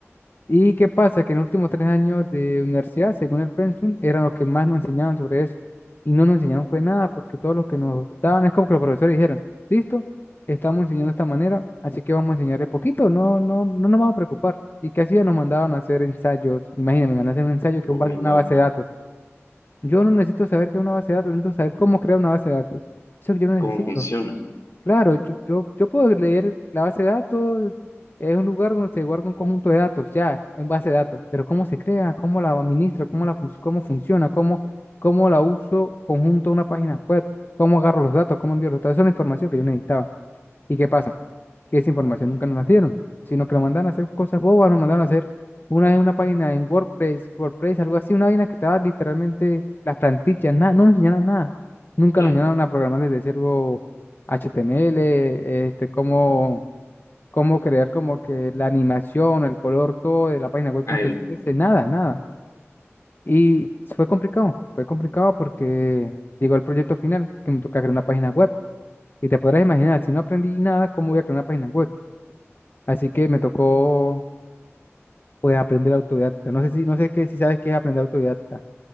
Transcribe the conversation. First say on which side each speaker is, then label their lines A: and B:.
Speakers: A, on the left; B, on the left.
A: ¿Y qué pasa? Que en los últimos tres años de universidad, según el pensum, eran los que más nos enseñaban sobre eso. Y no nos enseñaron fue nada, porque todo lo que nos daban es como que los profesores dijeron, listo, estamos enseñando de esta manera, así que vamos a enseñarle poquito, no, no, no nos vamos a preocupar. ¿Y qué hacían? Nos mandaban a hacer ensayos. Imagínense, me mandan a hacer un ensayo que
B: Uy,
A: es un base-
B: no.
A: una base de datos. Yo no necesito saber qué es una base de datos, necesito saber cómo crear una base de datos. Eso yo no necesito.
B: ¿Cómo funciona?
A: Claro, yo, yo, yo puedo leer la base de datos, es un lugar donde se guarda un conjunto de datos, ya, en base de datos, pero cómo se crea, cómo la administro, cómo la func- cómo funciona, cómo, cómo la uso conjunto a una página web, cómo agarro los datos, cómo envío los datos, esa es la información que yo necesitaba. ¿Y qué pasa? que esa información nunca nos la dieron, sino que lo mandaron a hacer cosas bobas, nos mandaron a hacer una vez una página en WordPress, WordPress, algo así, una vaina que estaba literalmente las plantillas, nada, no nos enseñaron nada. Nunca
B: Claro.
A: nos enseñaron a programar desde cero HTML, este, cómo, cómo crear como que la animación, el color, todo de la página web
B: Ah,
A: con CSS,
B: el-
A: nada, nada. Y fue complicado, fue complicado porque llegó el proyecto final que me toca crear una página web. Y te podrás imaginar, si no aprendí nada, ¿cómo voy a crear una página web? Así que me tocó pues aprender autodidacta. No sé si, no sé qué, si sabes qué es aprender autodidacta.